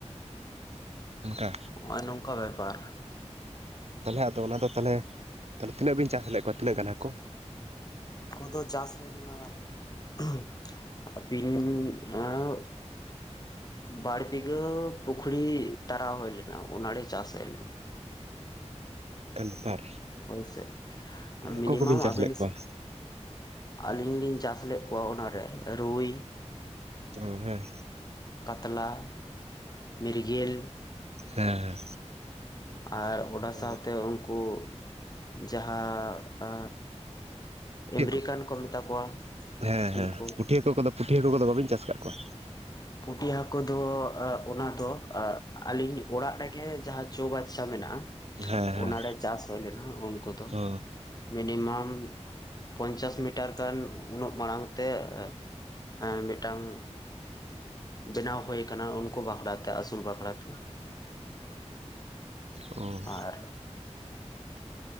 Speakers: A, on the right; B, on the left.
A: ᱚᱱᱠᱟ
B: ᱱᱚᱜᱼᱚᱭ ᱱᱚᱝᱠᱟ ᱵᱮᱯᱟᱨ
A: ᱛᱟᱦᱚᱞᱮ ᱟᱫᱚ ᱚᱱᱟᱫᱚ ᱛᱟᱦᱚᱞᱮ ᱛᱟᱦᱮ ᱛᱤᱱᱟᱹᱜ ᱵᱤᱱ ᱪᱟᱥ ᱞᱮᱫ ᱠᱚᱣᱟ ᱛᱤᱱᱟᱹᱜ ᱜᱟᱱ ᱦᱟᱠᱳ
B: ᱦᱟᱠᱳ ᱫᱚ ᱪᱟᱥ ᱦᱩᱭ ᱞᱮᱱᱟ <unintelligible> ᱵᱟᱨ ᱵᱤᱜᱷᱟᱹ ᱯᱩᱠᱷᱨᱤ ᱛᱟᱨᱟᱣ ᱦᱩᱭ ᱞᱮᱱᱟ ᱚᱱᱟᱨᱮ ᱪᱟᱥ ᱦᱩᱭ ᱞᱮᱱᱟ
A: ᱴᱟᱝ ᱵᱮᱯᱟᱨ
B: ᱦᱳᱭ ᱥᱮ
A: ᱪᱤᱞᱤ ᱦᱟᱹᱠᱩ
B: ᱢᱤᱱᱤᱢᱟᱢ
A: ᱠᱚᱵᱤᱱ ᱪᱟᱥ
B: ᱟᱹᱵᱤᱱ
A: ᱞᱮᱫ ᱠᱚᱣᱟ
B: ᱟᱹᱞᱤᱧ ᱞᱤᱧ ᱪᱟᱥ ᱞᱮᱜ ᱠᱚᱣᱟ ᱚᱱᱟ ᱨᱮ ᱨᱩᱭ
A: ᱚ ᱦᱮᱸ
B: ᱠᱟᱛᱞᱟ ᱢᱤᱨᱜᱮᱹᱞ
A: ᱦᱮᱸ ᱦᱮᱸ
B: ᱟᱨ ᱚᱱᱟ
A: ᱚ
B: ᱥᱟᱶᱛᱮ ᱩᱱᱠᱩ ᱡᱟᱦᱟ ᱮ
A: ᱯᱩᱴᱷᱤ
B: ᱮᱹᱢᱨᱤᱠᱟᱱ
A: ᱦᱟᱹᱠᱩ
B: ᱠᱚ ᱢᱮᱛᱟ ᱠᱚᱣᱟ
A: ᱦᱮᱸ ᱦᱮᱸ
B: ᱩᱱᱠᱩ
A: ᱯᱩᱴᱷᱤ ᱦᱟᱹᱠᱩ ᱠᱚᱫᱚ ᱯᱤᱴᱷᱤ ᱦᱟᱹᱠᱩ ᱠᱚᱫᱚ ᱵᱟᱹᱵᱤᱱ ᱪᱟᱥ ᱟᱠᱟᱫ ᱠᱚᱣᱟ
B: ᱯᱩᱴᱷᱤ ᱦᱟᱹᱠᱩ ᱫᱚ ᱚᱱᱟᱫᱚ ᱟᱹᱞᱤᱧ ᱚᱲᱟᱜ ᱨᱮᱜᱮ ᱡᱟᱦᱟᱸ ᱪᱳ ᱵᱟᱪᱪᱷᱟ ᱢᱮᱱᱟᱜᱼᱟ
A: ᱦᱮᱸ ᱦᱮᱸ
B: ᱚᱱᱟᱨᱮ ᱪᱟᱥ ᱦᱩᱭ ᱞᱮᱱᱟ ᱩᱱᱠᱩ ᱫᱚ
A: ᱚ
B: ᱢᱤᱱᱤᱢᱟᱢ ᱯᱚᱧᱪᱟᱥ ᱢᱤᱴᱟᱨ ᱜᱟᱱ ᱩᱱᱟᱹᱜ ᱢᱟᱲᱟᱝ ᱛᱮ ᱮ ᱮᱸ ᱢᱤᱫᱴᱟᱝ ᱵᱮᱱᱟᱣ ᱦᱩᱭ ᱟᱠᱟᱱᱟ ᱩᱱᱠᱩ ᱵᱟᱠᱷᱨᱟ ᱛᱮ ᱟᱹᱥᱩᱞ ᱵᱟᱠᱷᱨᱟ ᱛᱮ
A: ᱚᱸ
B: ᱟᱨ